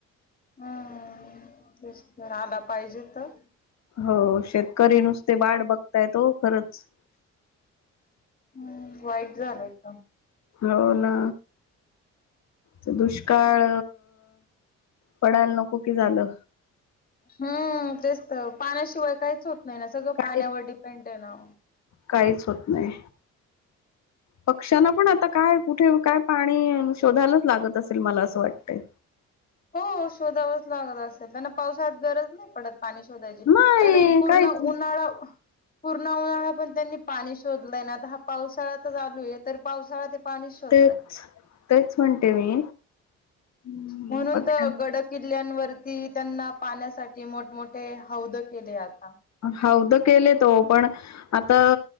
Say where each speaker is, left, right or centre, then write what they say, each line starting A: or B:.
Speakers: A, on the left (about 30°); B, on the left (about 60°).
A: हम्म तेच तर आला पाहिजे तर
B: हो शेतकरी नुसते वाट बघतायेत ओ खरंच
A: हम्म वाईट झालंय एकदम
B: हो ना ते दुष्काळ पडायला नको की झालं
A: हम्म तेच तर पाण्याशिवाय काहीच होत नाही ना सगळं
B: काही
A: पाण्यावर डिपेंड आहे ना
B: काहीच होत नाही पक्ष्यांना पण आता काय कुठे काय पाणी शोधायलाच लागत असेल मला असं वाटतयं.
A: हो शोधावचं लागत असलं. त्यांना पावसाळ्यात गरज नाही पडत पाणी शोधायची
B: नाही
A: कारण की पूर्ण
B: काहीच नाही
A: उन्हाळा पूर्ण उन्हाळा पण त्यांनी पाणी शोधलंय ना आता हा पावसाळाच चालू आहे तर पावसाळा ते पाणी शोधताय
B: तेच तेच म्हणते मी हम्म,
A: म्हणून
B: पक्ष्यां
A: तर गड किल्ल्यांवरती त्यांना पाण्यासाठी मोठमोठे हौद केले आता
B: हौद केलेत ओ पण आता